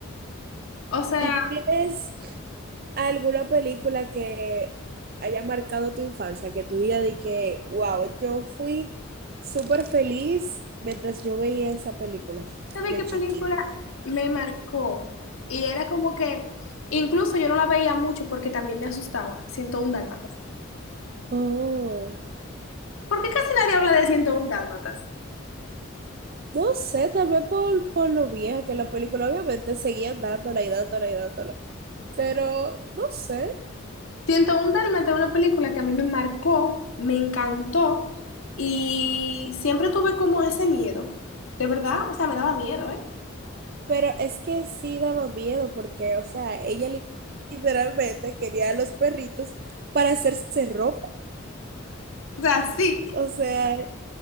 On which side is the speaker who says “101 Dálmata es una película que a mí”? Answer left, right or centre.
Left